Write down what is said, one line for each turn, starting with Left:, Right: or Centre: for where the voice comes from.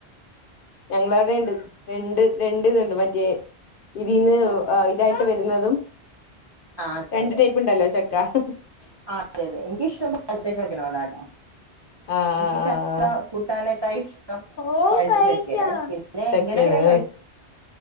Left: ഞങ്ങള അവിടെ ഉണ്ട് രണ്ട് രണ്ട് ഇതുണ്ട് മറ്റേ ഇതിന്ന് ഇതായിട്ട് വരുന്നതും
Right: ആ അതെ
Left: രണ്ട്
Right: അതെ
Left: ടൈപ്പ് ഉണ്ടല്ലോ <unintelligible>
Right: <unintelligible>
Left: ആ
Right: എനിക്ക്
Left: ആ
Right: ചക്ക
Left: ആ
Right: കൂട്ടാനൊക്കെ ഇഷ്ടം
Left: ഓൻ
Right: പഴുത്ത
Left: കഴിച്ചോ
Right: ചക്കാണ് പിന്നെ
Left: ചക്കയാണ്
Right: ഇങ്ങനെയൊക്കെയാണെങ്കിലും കഴി